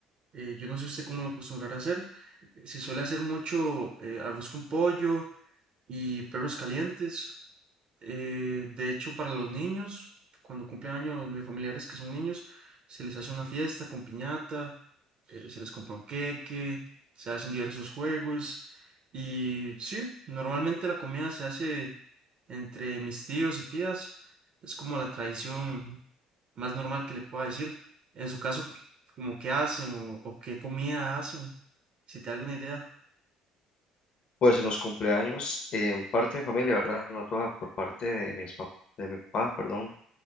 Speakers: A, on the right; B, on the left.
A: Eh, yo no sé usted cómo lo acostumbrará a hacer. eh, Si suele hacer mucho eh, arroz con pollo y perros calientes. eh, de hecho, para los niños, cuando cumplen años mis familiares que son niños, se les hace una fiesta con piñata, eh, se les compra un queque, se hacen diversos juegos. Y sí, normalmente la comida se hace entre mis tíos y tías. Es como la tradición más normal que le pueda decir. En su caso, como qué hacen o, o qué comida hacen, si te da alguna idea.
B: Pues en los cumpleaños, en parte de mi familia, ¿verdad? No toda, por parte de mis pap- de mi papá, perdón,